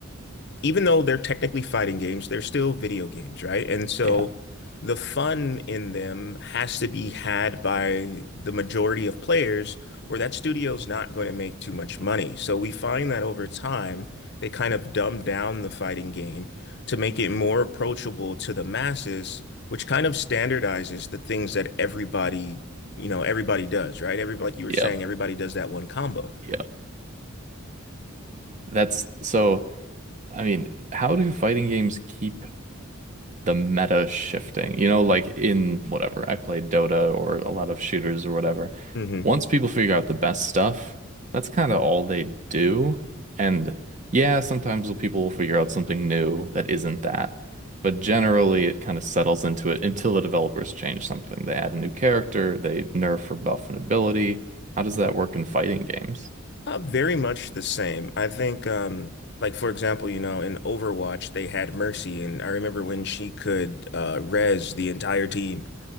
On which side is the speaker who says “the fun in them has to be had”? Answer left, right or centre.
Left